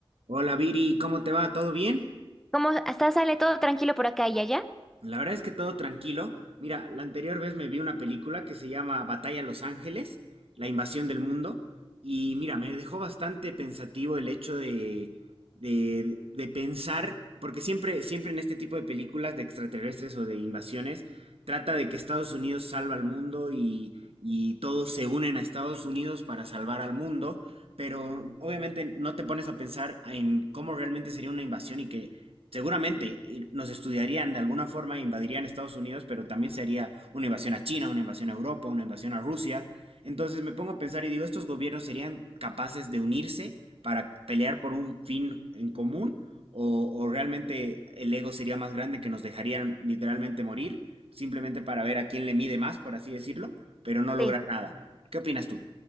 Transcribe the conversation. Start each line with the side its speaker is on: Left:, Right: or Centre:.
Right: Hola Viri, ¿cómo te va? ¿Todo bien?
Centre: ¿Cómo hasta sale todo tranquilo por acá y allá?
Right: La verdad es que todo tranquilo. Mira, la anterior vez me vi una película que se llama Batalla a Los Ángeles, la invasión del mundo, y mira, me dejó bastante pensativo el hecho de, de, de pensar, porque siempre, siempre en este tipo de películas de extraterrestres o de invasiones, trata de que Estados Unidos salva al mundo y, y todos se unen a Estados Unidos para salvar al mundo, pero obviamente no te pones a pensar en cómo realmente sería una invasión y que Seguramente eh, nos estudiarían de alguna forma e invadirían Estados Unidos, pero también sería una invasión a China, una invasión a Europa, una invasión a Rusia. Entonces me pongo a pensar y digo, ¿estos gobiernos serían capaces de unirse para pelear por un fin en común? ¿O, o realmente el ego sería más grande que nos dejarían literalmente morir, simplemente para ver a quién le mide más, por así decirlo, pero no lograr
Centre: Sí.
Right: nada? ¿Qué opinas tú?